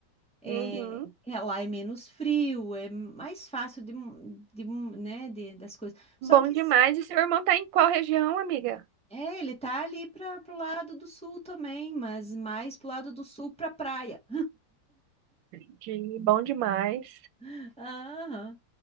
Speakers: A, in the centre; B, on the right.
A: É,
B: uhum.
A: é, lá é menos frio, é mais fácil de, de, né, de- das coisas. Só
B: Bom
A: que
B: demais. E seu irmão tá em qual região, amiga?
A: é, ele tá ali para pro lado do sul também, mas mais pro lado do sul para praia.
B: Entendi. Bom demais.
A: <laughs> Aham.